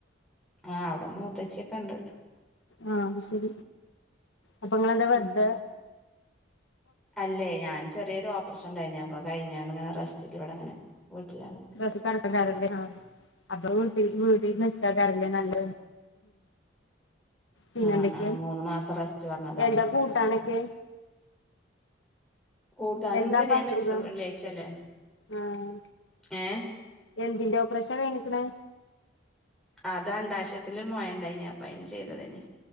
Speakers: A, in the centre; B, on the left.
A: ആഹ് അവടെ മൂത്തച്ചിയൊക്കെണ്ട്
B: ആഹ് അത് ശരി അപ്പ ഇങ്ങളെന്താ വെറ്തെ
A: ഉം അല്ലേ ഞാൻ ചെറീയേരു ഓപ്പറേഷണ്ടായിനു അപ്പത് കഴിഞ്ഞാണ്ട് ഇങ്ങനെ റെസ്റ്റില് ഇവടെങ്ങനെ വീട്ട്ലാണ്
B: <unintelligible> അപ്പൊ വീട്ടി വീ തീന്ന് ഇട്ക്കയ്ക്കാരല്ലേ നല്ലത് പിന്നെന്തെക്ക്യെ
A: ആ ആ മൂന്ന് മാസം റെസ്റ്റ് പറഞ്ഞതാണ്
B: എന്താ കൂട്ടാനെക്കെ
A: കൂട്ടാനൊന്ന്
B: എന്താപ്പസുഖം
A: ബിരിയാണി വെച്ചിക്ക്ണ് വെള്ളിയാഴ്ചല്ലേ
B: ആഹ്
A: ഏ
B: എന്തിന്റെ ഓപ്പറേഷാ കഴിഞ്ഞ്ക്ക്ണെ
A: അത് അണ്ഡാശയ ത്തില് മൊഴണ്ടായിനി അപ്പ അയിന് ചെയ്തതേനി